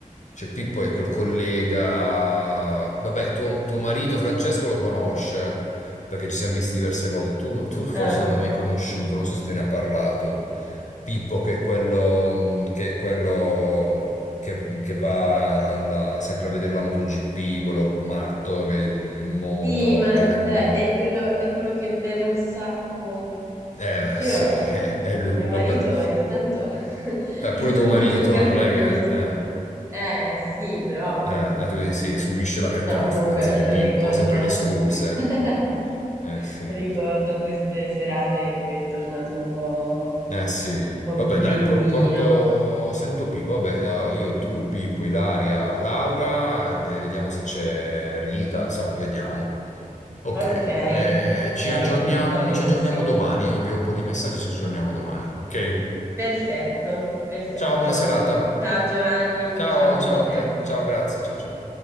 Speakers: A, on the left; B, on the right.
A: Cioè, Pippo è quel collega... Vabbè, tuo, tuo marito Francesco lo conosce, perché ci siamo visti diverse volte. Tu, no- tu forse
B: Ah,
A: non l'hai mai conosciuto, non so se te ne ha parlato. Pippo, che è quello, mh, che, è quello che, che va alla- sempre a vedere la MotoGP, quello matto che in moto,
B: sì, ma
A: gira in
B: dai,
A: moto.
B: è quello, è quello che beve un sacco.
A: Eh,
B: Perché
A: sì,
B: io, eh,
A: <laughs> è, è lui,
B: mio
A: vabbè.
B: marito ogni tanto <laughs>
A: Eh,
B: è
A: pure
B: tornato
A: tuo marito,
B: a casa
A: non
B: in
A: è
B: condizioni...
A: che... Eh,
B: Eh sì, però...
A: eh,
B: eh,
A: eh, tu dici, sì, subisce la cattiva
B: no,
A: influenza
B: comunque
A: di
B: lo
A: Pippo,
B: ricordo...
A: sempre le scuse.
B: <laughs>
A: Eh sì.
B: Ricordo queste serate in cui è tornato un po'...
A: Eh sì.
B: un po'
A: Vabbè,
B: brillino.
A: dai, por- porto... Sento Pippo. Vabbè, allora, io, tu, Pippo, Ilaria, Laura, e vediamo se c'è Rita, insomma, vediamo. Ok.
B: Ok,
A: Eh,
B: ok,
A: ci aggiorniamo,
B: va benissimo.
A: ci aggiorniamo domani. Io invio un po' di messaggi, ci aggiorniamo domani. Ok?
B: Perfetto, perfetto.
A: Ciao, buona serata.
B: Ciao Giovanni,
A: Ciao,
B: ciao anche
A: ciao
B: a
A: a
B: te.
A: te. Ciao, grazie. Ciao, ciao.